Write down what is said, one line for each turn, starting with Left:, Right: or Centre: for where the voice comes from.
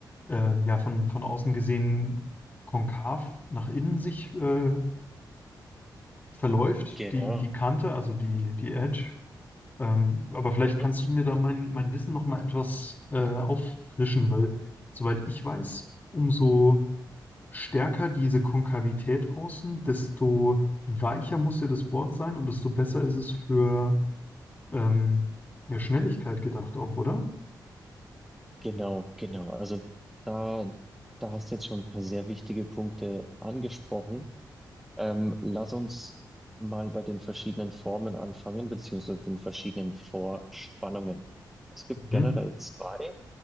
Left: ähm, ja, von, von außen gesehen konkav nach innen sich äh, verläuft,
Centre: Genau,
Left: die, die Kante, also die, die Edge. Ähm, aber vielleicht
Centre: mhm.
Left: kannst du mir da mein, mein Wissen nochmal etwas äh, auffrischen, weil soweit ich weiß, umso stärker diese Konkavität außen, desto weicher muss ja das Board sein und desto besser ist es für ähm, ja, Schnelligkeit gedacht auch, oder?
Centre: genau, genau. Also da, da hast du jetzt schon ein paar sehr wichtige Punkte angesprochen. Ähm, lass uns mal bei den verschiedenen Formen anfangen, beziehungsweise den verschiedenen Vorspannungen. Es gibt generell
Left: Mhm.
Centre: zwei.